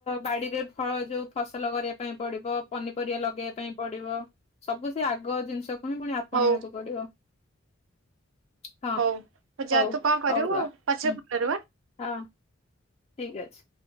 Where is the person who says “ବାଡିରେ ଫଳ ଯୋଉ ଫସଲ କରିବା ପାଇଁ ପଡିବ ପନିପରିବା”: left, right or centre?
Left